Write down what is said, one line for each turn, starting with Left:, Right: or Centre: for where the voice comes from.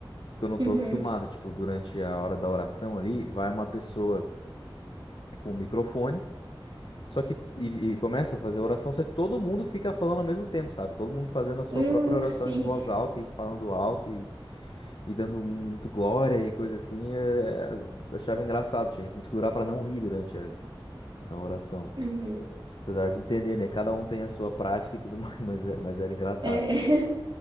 Left: que eu não
Right: Uhum.
Left: tô acostumado. Tipo, durante a hora da oração ali, vai uma pessoa com o microfone, só que e, e começa a fazer a oração, só que todo mundo fica falando ao mesmo tempo, sabe? Todo mundo fazendo a sua
Right: Hum,
Left: própria oração
Right: sim.
Left: em voz alta e falando alto e, e dando muito glória e coisa assim. é, Eu, achava engraçado, tinha que me segurar para não rir durante a, a oração.
Right: Uhum.
Left: Apesar de entender, né? Cada um tem a sua prática e tudo mais, <laughs> mas, é- mas era engraçado.
Right: É, <laughs>